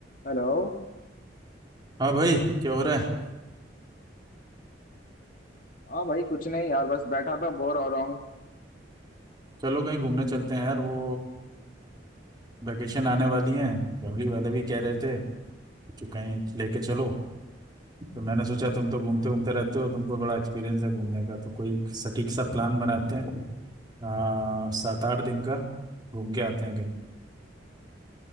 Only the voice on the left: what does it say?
Hello
हाँ भाई कुछ नहीं यार बस बैठा था बोर हो रहा हूँ